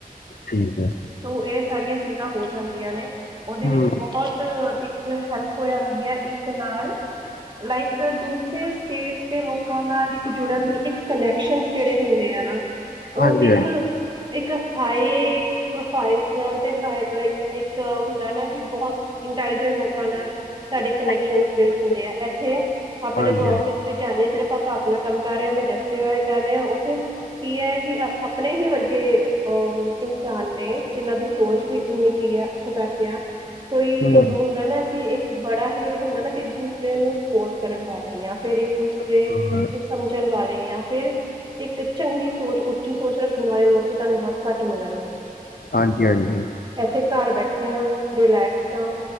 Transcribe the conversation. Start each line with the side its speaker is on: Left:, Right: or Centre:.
Left: ਠੀਕ ਹੈ।
Right: ਸੋ ਇਹ ਸਾਰੀਆਂ ਚੀਜ਼ਾਂ ਹੋ ਜਾਂਦੀਆਂ ਨੇ ਉਹਦੇ
Left: ਹੂੰ
Right: ਵਿੱਚ ਬਹੁਤ ਇਕ ਹੈਲਪ ਹੋ ਜਾਂਦੀ ਹੈ ਇੱਕ ਨਾਲ ਲਾਈਕ ਦੂਸਰੇ ਸਟੇਟਸ ਦੇ ਲੋਕਾਂ ਨਾਲ ਇੱਕ ਜੁੜਨ ਦੀ ਇੱਕ ਕਨੈਕਸ਼ਨ ਜਿਹੜੇ ਹੁੰਦੇ ਆ ਨਾ
Left: ਹਾਂਜੀ
Right: ਉਹ ਇੱਕ ਇੱਕ ਹਾਏ ਫਾੲਵ ਨਾਲ ਲ ਇੱਕ ਹੁੰਦਾ ਨਾ ਕਿ ਬਹੁਤ ਇੰਟਲੀਜੈਂਟ ਲੋਕਾਂ ਨਾਲ ਤੁਹਾਡੇ
Left: ਹਾਂਜੀ
Right: ਕਨੈਕਸ਼ਨ ਬਿਲਡ ਹੁੰਦੇ ਆ ਇੱਥੇ ਆਪਾਂ
Left: ਹਾਂਜੀ
Right: ਜਦੋਂ
Left: ਹਾਂਜੀ
Right: ਆਫਿਸ ਵਿੱਚ ਜਾਂਦੇ ਹਾਂ ਸਿਰਫ ਆਪਾਂ ਆਪਣਾ ਕੰਮ ਕਰ ਰਿਹਾ ਮੈਂ ਟੈਸਟ ਬਾਰੇ ਕਰ ਰਿਹਾ ਉੱਥੇ ਕੀ ਹੈ ਕਿ ਆਪਣੇ ਹੀ ਵਰਗੇ ਅਹ ਇਨਸ ਜਿਹਨਾਂ ਦੀ ਸੋਚ ਵੀ ਉਓਨੀ ਕੀ ਆ ਉੱਥੋਂ ਤੱਕ ਆ ਕੋਈ
Left: ਹੂੰ
Right: ਉਹ ਹੁੰਦਾ ਨਾ ਕਿ ਇੱਕ ਬੜਾ ਹੀ ਹੁੰਦਾ ਨਾ ਵੀ ਇੱਕ ਦੂਸਰੇ ਨੂੰ ਸਪੋਰਟ ਕਰਨ ਵਾਲੇ ਹ ਫਿਰ ਇੱਕ ਦੂਸਰੇ
Left: ਹਾਂ,
Right: ਨੂੰ ਸਮਝਣ ਵਾਲੇ ਆ ਫਿਰ ਇੱਕ ਚੰਗੀ ਸੋਚ ਉੱਚੀ ਸੋਚ ਰੱਖਣ ਵਾਲੇ ਲੋਕ ਤੁਹਾਨੂੰ ਬਹੁਤ ਘੱਟ ਮਿਲਣਗੇ
Left: ਹਾਂਜੀ ਹਾਂਜੀ
Right: ਇਥੇ ਘਰ ਬੈਠੇ ਹਾਂ ਰਿਲੈਕਸਡ ਹਾਂ